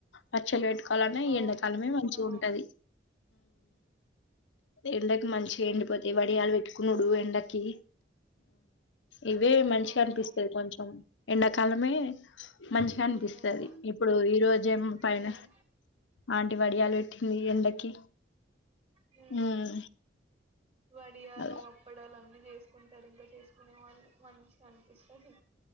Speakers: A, on the left; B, on the right.
A: పచ్చలు వెట్టు కొలన్న ఈ
B: అవును
A: ఎండాకాలమే మంచిగా
B: ఆ
A: ఉంటది ఎండకు మంచిగా ఎండిపోత ఈ వడియాలు పెట్టుకున్నుడు ఎండకి ఇవే
B: అవును
A: మంచిగా
B: అవును
A: అనిపిస్తది కొంచెం ఎండకాలమే మంచిగా అనిపిస్తది
B: అవునక్క
A: ఇప్పుడు ఈ రోజేమో పైన
B: ఉమ్
A: ఆంటి వడియాలు పెట్టింది ఎండకి
B: హు
A: హ్మ్.
B: వడియాలు
A: అలా.
B: అప్పడలు అవన్నీ చేసుకుంటారు ఇంగా చేసుకునే వాళ్ళు మంచిగా అనిపిస్తది